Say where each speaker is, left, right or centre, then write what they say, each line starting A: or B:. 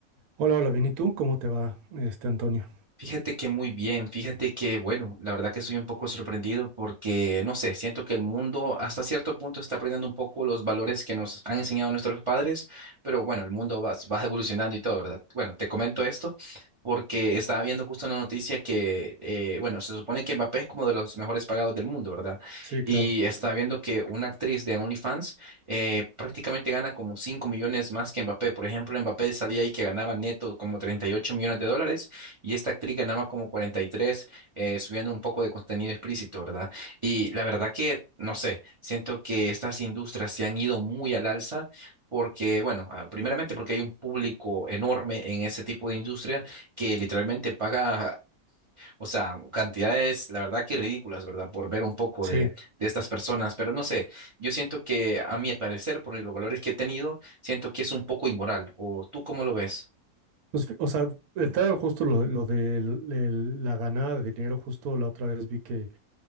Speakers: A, on the right (about 80°); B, on the right (about 35°).
A: Hola, hola, bien. ¿Y tú? ¿Cómo te va, este Antonio?
B: Fíjate que muy bien, fíjate que, bueno, la verdad que estoy un poco sorprendido porque, no sé, siento que el mundo hasta cierto punto está aprendiendo un poco los valores que nos han enseñado nuestros padres, pero bueno, el mundo va, va evolucionando y todo, ¿verdad? Bueno, te comento esto porque estaba viendo justo una noticia que, eh, bueno, se supone que Mbappé es como de los mejores pagados del mundo, ¿verdad?
A: Sí,
B: Y
A: claro.
B: estaba viendo que una actriz de OnlyFans eh, prácticamente gana como 5 millones más que Mbappé. Por ejemplo, Mbappé salía ahí que ganaba neto como 38 millones de dólares y esta actriz ganaba como 43, eh, subiendo un poco de contenido explícito, ¿verdad? Y la verdad que, no sé, siento que estas industrias se han ido muy al alza porque, bueno, ah, primeramente porque hay un público enorme en ese tipo de industria que literalmente paga, o sea, cantidades, la verdad que ridículas, ¿verdad? Por ver un poco
A: Sí.
B: de, de estas personas. Pero no sé, yo siento que, a mi parecer, por los valores que he tenido, siento que es un poco inmoral. ¿O tú cómo lo ves? <laughs>
A: Pues, fi- o sea, entrar justo lo, lo de la ganada de dinero, justo la otra vez vi que